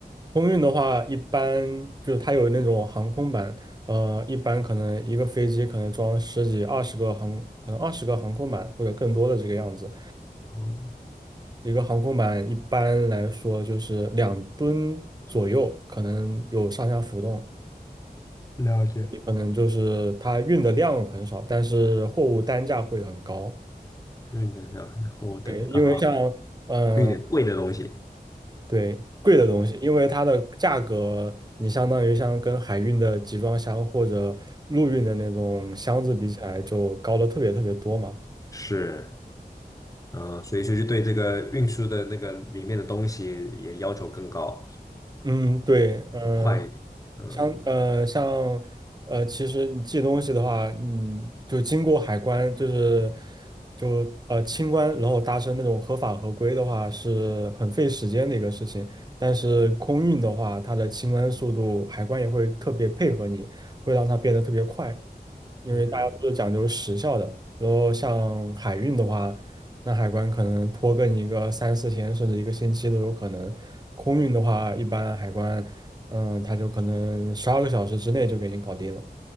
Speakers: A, on the right; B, on the left.
A: 空运的话，一般就是它有那种航空版，呃，一般可能一个飞机可能装十几、二十个航，可能二十个航空板或者更多的这个样子。
B: 哦，
A: 一个航空板一般来说就是两吨左右，可能有上下浮动。
B: 了解，
A: 也可能就是它运的量很少，但是货物单价会很高。
B: 运能量然后等啊，
A: 对，因为像嗯、
B: 运点贵的东西
A: 呃对，贵的东西，因为它的价格，你相当于像跟海运的集装箱或者陆运的那种箱子比起来，就高了特别特别多嘛。
B: 是，呃，所以说就对这个运输的那个里面的东西也要求更高，
A: 嗯，对，嗯、
B: 快一点，呃
A: 像呃像呃，其实你寄东西的话，嗯，就经过海关，就是就呃清关，然后达成那种合法合规的话，是很费时间的一个事情。但是空运的话，它的清关速度，海关也会特别配合你，会让它变得特别快。因为大家都是讲究时效的。
B: 嗯嗯哼
A: 然后像海运的话，那海关可能拖更一个三四天，甚至一个星期都有可能。空运的话，一般海关，嗯，他就可能十二个小时之内就给你搞定了。